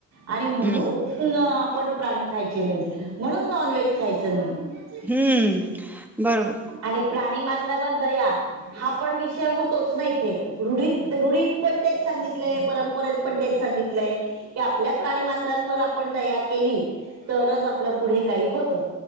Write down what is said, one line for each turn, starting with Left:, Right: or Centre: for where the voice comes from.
Right: आणि म्हणून
Centre: हम्म
Right: न आपण प्राणी खायचे नही, म्हणून नॉनव्हेज खायचं नही.
Centre: हम्म बरोबर.
Right: आणि प्राणी मात्रावर दया. हा पण विषय होतोच ना इथे, रुढीत-रुढीत पण तेच सांगितलेय परंपरेेत पण तेच सांगितलंय, की आपल्या प्राणीमात्रांवर आपण दया केली तरच आपलं पुढे काही होतं.